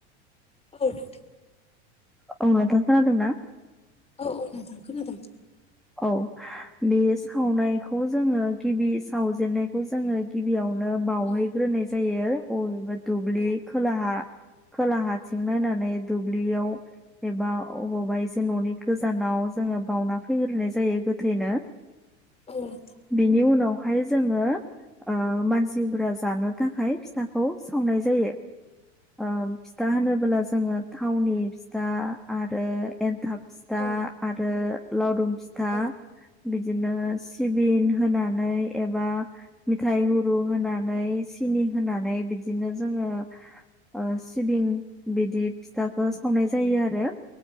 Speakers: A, on the left; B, in the centre.
A: औ नोंथां
B: औ नोंथां खोनादों ना?
A: औ औ नोंथां खोनादों।
B: औ बे सावनायखौ जोङो गिबि सावजेननाय खौ जोङो गिबियावनो बावहैग्रोनाय
A: औ
B: जायो। अबेबा दुब्लि
A: औ
B: खोलाहा खोलाहााथिं नायनानै दुब्लियाव एबा अबावबा एसे न'नि गोजानाव जोङो बावउना फैग्रोनाय जायो गोथैनो।
A: औ नोंथां
B: बिनि उनावहाय जोङो ओ मानसिफोरा जानो थाखाय फिथाखौ सावनाय जायो। ओ फिथा होनोबोला जोङो थावनि फिथा आरो एन्थाब फिथा
A: औ
B: आरो लावदुम फिथा
A: औ
B: बिदिनो सिबिन होनानै एबा मिथाइ गुरु होनानै <unintelligible> होनानै बिदिनो जोङो ओ सिबिं बिदि फिथाखौ सावनाय जायोआरो।